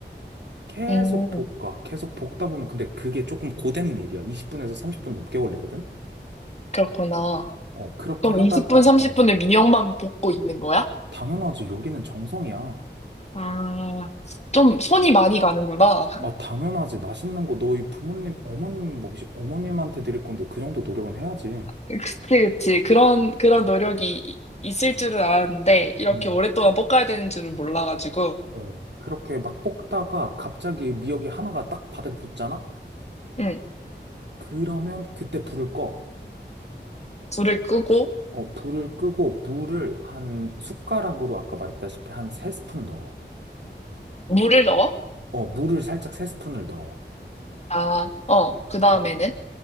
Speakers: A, on the right; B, on the left.
A: 계속
B: 응,
A: 볶아. 계속 볶다 보면 근데 그게 조금 고된 일이야. 20분에서 30분 넘게 걸리거든?
B: 그렇구나.
A: 어, 그렇게
B: 그럼
A: 하다가,
B: 20분, 30분을
A: 어,
B: 미역만 볶고 있는 거야?
A: 당연하지. 요리는 정성이야.
B: 아, 좀 손이 많이 가는구나. <laughs>
A: 아, 당연하지. 맛있는 거 너희 부모님, 어머님, 뭐 혹시 어머님한테 드릴 건데 그 정도 노력은 해야지.
B: 그치, 그치. 그런, 그런 노력이 이- 있을 줄은 알았는데, 이렇게
A: 음.
B: 오랫동안 볶아야 되는 줄은 몰라가지고.
A: 어, 그렇게 막 볶다가 갑자기 미역이 하나가 딱 바닥에 붙잖아?
B: 응,
A: 그러면 그때 불을 꺼.
B: 불을 끄고,
A: 어, 불을 끄고 물을 한 숟가락으로 아까 말했다시피 한 세스푼 넣어.
B: 물을 넣어?
A: 어, 물을 살짝 세스푼을 넣어.
B: 아, 어, 그 다음에는?
A: 어,